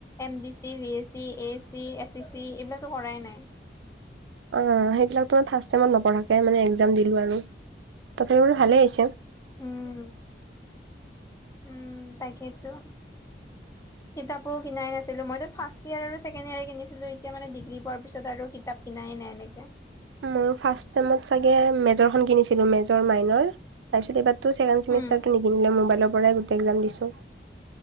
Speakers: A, on the left; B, on the right.
A: M D C, V S C, A A C, S A C, এইবিলাকো কৰাই নাই।
B: অ সেইবিলাকতো ফাৰ্ষ্ট চেমত নপঢ়াকে মানে একজাম দিলো আৰু তহত এইবোৰ ভালেই আহিছে
A: উম উম তাকেইতো। কিতাপো কিনাই নাছিলো মইতো ফাৰ্ষ্ট ইয়াৰ আৰু ছেকেণ্ড ইয়েৰ কিনিছিলো এতিয়া মানে ডিগ্ৰী পোৱাৰ পিছত আৰু কিতাপ কিনাই নাই এনেকে
B: মই ফাৰ্ষ্ট টাইমত চাগে মেজৰখন কিনিছিলো মেজৰ মাইনৰ তাৰপিছত এইবাৰ ত ছেকেণ্ড চেমিষ্টাৰটো
A: উম,
B: নিকিনিলো মোবাইলৰ পৰাই গোটেই একজাম দিছো।